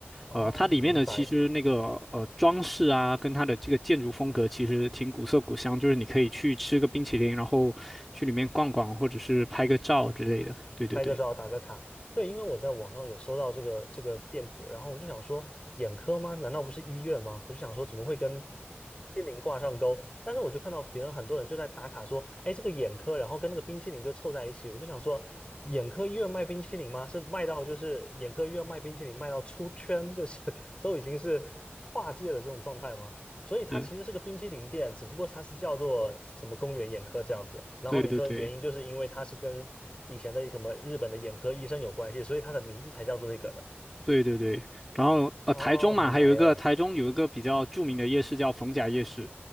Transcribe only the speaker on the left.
哦，
明白。
拍个照打个卡。对，因为我在网上有搜到这个这个店铺，然后我就想说，眼科吗？难道不是医院吗？我就想说，怎么会跟冰淇淋挂上钩？但是我就看到别人很多人就在打卡说，哎，这个眼科，然后跟那个冰淇淋就凑在一起。我就想说，眼科医院卖冰淇淋吗？是卖到就是眼科医院卖冰淇淋卖到出圈，就是 <laughs> 都已经是跨界的这种状态吗？所以它其实是个冰淇淋店，
只不过它是叫做什么公园眼科这样子。然后你说原因就是因为它是跟以前的什么日本的眼科医生有关系，
所以它的名字才叫做这个的。
哦，
明白了。